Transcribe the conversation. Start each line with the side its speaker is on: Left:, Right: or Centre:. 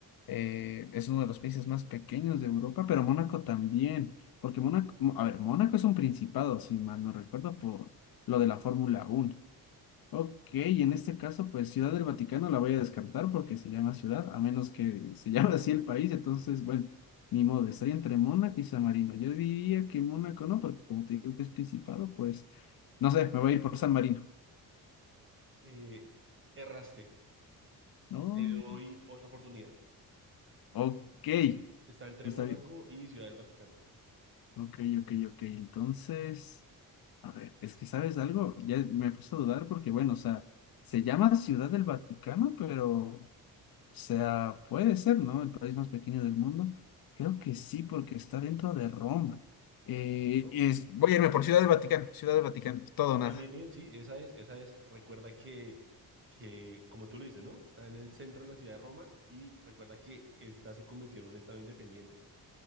Left: eh, es uno de los países más pequeños de Europa, pero Mónaco también, porque Mónaco, a ver, Mónaco es un principado, si mal no recuerdo, por lo de la Fórmula Uno. Ok, y en este caso, pues Ciudad del Vaticano la voy a descartar porque se llama ciudad, a menos que se <laughs> llame así el país, entonces, bueno, ni modo, estaría entre Mónaco y San Marino. Yo diría que Mónaco no, porque como te digo que es principado, pues, no sé, me voy a ir por San Marino.
Right: Eh, erraste,
Left: No,
Right: te doy otra oportunidad.
Left: ok,
Right: Está entre
Left: está
Right: Mónaco
Left: bien.
Right: y Ciudad del Vaticano.
Left: Ok, ok, ok, entonces, a ver, es que ¿sabes algo? Ya me puse a dudar porque, bueno, o sea, se llama Ciudad del Vaticano, pero... O sea, puede ser, ¿no? El país más pequeño del mundo. Creo que sí, porque está dentro de Roma. Eh,
Right: ¿no?
Left: y es- voy a irme por Ciudad del Vaticano, Ciudad del Vaticano, todo o nada.
Right: Bien, bien, bien, sí, esa es, esa es. Recuerda que, que, como tú lo dices, ¿no? Está en el centro de la ciudad de Roma y recuerda que esta se convirtió en un estado independiente.